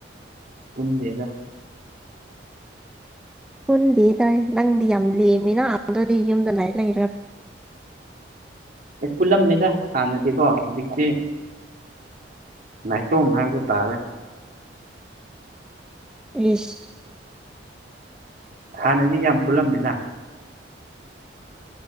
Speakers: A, on the right; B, in the centre.
A: ꯄꯨꯟꯗꯦꯗ
B: ꯄꯨꯟꯗꯤꯗ ꯅꯪꯗꯤ ꯌꯥꯝ ꯂꯦꯝꯃꯤꯅ ꯑꯗꯗꯤ ꯌꯨꯝꯗ ꯂꯩꯔ ꯂꯩꯔ
A: ꯑꯦ ꯄꯨꯜꯂꯝꯃꯦꯗ ꯍꯥꯟꯅꯗꯤꯀꯣ ꯍꯧꯖꯤꯛꯇꯤ ꯅꯥꯏꯇꯣꯝ ꯍꯥꯏꯕꯗꯨ ꯇꯥꯔꯦ
B: ꯏꯁ
A: ꯍꯥꯟꯅꯗꯤ ꯌꯥꯝ ꯄꯨꯜꯂꯝꯃꯤꯗ